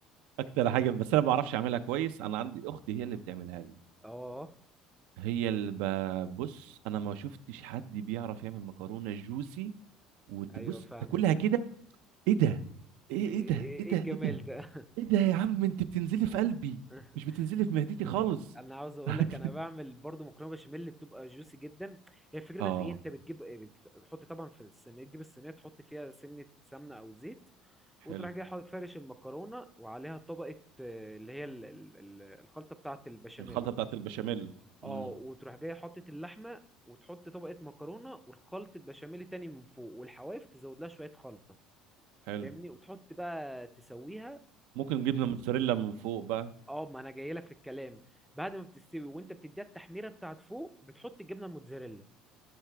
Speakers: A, on the right; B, in the centre.
A: اكتر حاجه بس انا ما بعرفش اعملها كويس انا عندي اختي هي اللي بتعملها لي
B: <laughs> اه
A: هي اللي ب- بص انا ما شفتش حد بيعرف يعمل مكرونه جوسي وتبص
B: ايوه فاهمك
A: تاكلها كده ايه ده ايه
B: ايه
A: ايه ده
B: إيه-
A: ايه ده
B: إيه الجمال
A: ايه ده
B: ده
A: ايه ده يا عم انت بتنزلي في قلبي
B: <laughs>
A: مش بتنزلي في معدتي خالص
B: انا عاوز اقول
A: <laughs>
B: لك انا بعمل برضو مكرونه بشاميل اللي بتبقى جوسي جدا هي الفكره
A: اه
B: ده في ايه انت بتجيب إيه؟ بت- بتحط طبعا في الصينيه تجيب الصينيه تحط فيها سنه سمنه او زيت
A: حلو
B: وتروح جاي حاط- فارش المكرونه وعليها طبقه آه، اللي هي ال- ال- ال- الخلطه بتاعه البشاميل
A: الخلطة بتاعت البشاميل
B: اه
A: امم
B: وتروح جاي حاطط اللحمه وتحط طبقه مكرونه والخلطه بشاميل تاني من فوق والحواف تزود لها شويه خلطه
A: حلو
B: فاهمني وتحط بقى تسويها
A: ممكن جبنة موتزاريلا من فوق بقى
B: اه ما انا جاي لك في الكلام بعد ما بتستوي وانت بتديها التحميره بتاعت فوق بتحط الجبنه الموتزاريلا